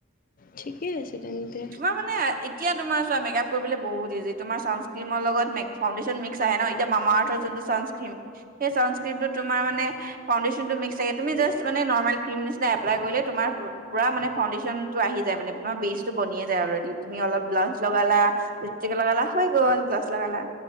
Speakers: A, on the left; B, on the right.
A: ঠিকেই আছে তেন্তে
B: তোমাৰ মানে এতিয়া তোমাৰ চোৱা মেকআপ কৰিবলৈ বহুত ইজি তোমাৰ ছানস্ক্ৰীমৰ লগতে ফাউডেশ্যন মিক্স আহে ন এতিয়া মামা আৰ্থৰ যোনটো ছানস্ক্ৰীম সেই ছানস্ক্ৰীমটো তোমাৰ মানে ফাউডেশ্যনটো মিক্স থাকে তুমি জাষ্টা মানে নৰ্মেল ক্ৰীম নিচিনা এপ্লাই কৰিলে তোমাৰ পুৰা মানে ফাউণ্ডেশ্যনটো আহি যায় মানে তোমাৰ বেচটো বনিয়ে যায় অলৰেডি তুমি অলপ ব্লাজ লগালা লিপষ্টিক লগালা হৈ গ'ল ব্লাছ লগালা